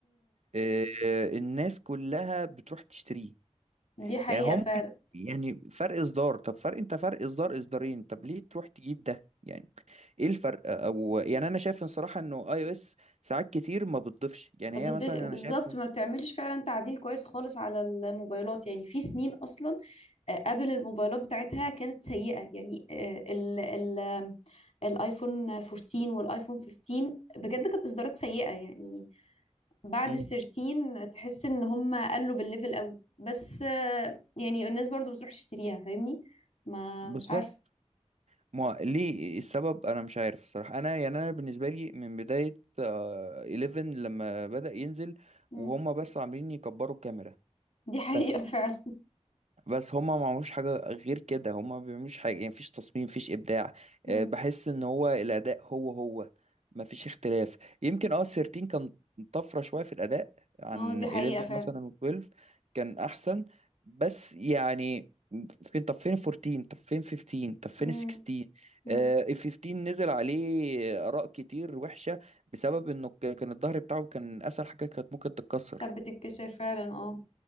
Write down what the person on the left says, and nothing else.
دي حقيقه
فعلا
ما بدش
بالظبط
ما بتعملش فعلا تعديل كويس خالص على الموبايلات يعني في سنين اصلا آه، قبل الموبايلات بتاعتها كانت سيئة يعني آه، ال ال آم، الايفون 14 والايفون 15 بجد كانت اصدارات سيئة يعني بعد
ال 13 تحس ان هم قلوا بالليفل قوي بس آه، يعني الناس برضو بتروح تشتريها فاهمني ما
مش عارفة
مم.
دي حقيقة
<laughs> فعلا
مم.
اه دي
حقيقة فعلا
مم.
مم.
كانت بتتكسر فعلا اه